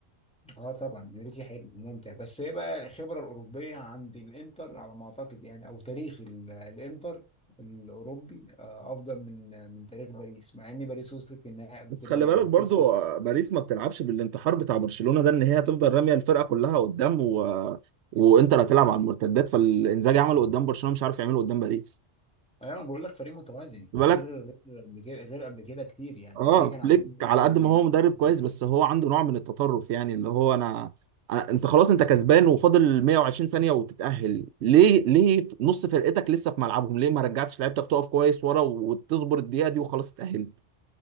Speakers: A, in the centre; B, on the right.
A: اه طبعا انريكي حلو ممتع بس هي بقى الخبره الاوروبيه عند الانتر على ما اعتقد يعني او تاريخ ال- الانتر الاوروبي آه، افضل من من تاريخ باريس مع ان باريس وصلت للنهائي قبل
B: بس
A: كده
B: خلي
A: وخسرت
B: بالك برضو آه، باريس ما بتلعبش بالانتحار بتاع برشلونه ده ان هي هتفضل راميه الفرقه كلها قدام و... وانتر هتلعب على المرتدات فالانزاجي عمله قدام برشلونه مش عارف يعمله قدام باريس
A: انا بقول لك فريق متوازن
B: بالك
A: غير غير قبل كده غير قبل كده كتير يعني
B: اه
A: قبل كده كان
B: فليك
A: عندهم ميسي
B: على قد
A: ونيمار
B: ما هو مدرب
A: و-
B: كويس بس هو عنده نوع من التطرف يعني اللي هو انا, أنا انت خلاص انت كسبان وفاضل 120 ثانية وتتأهل ليه ليه نص فرقتك لسه في ملعبهم ليه ما رجعتش لعيبتك تقف كويس ورا وتصبر الدقيقة دي وخلاص اتأهلت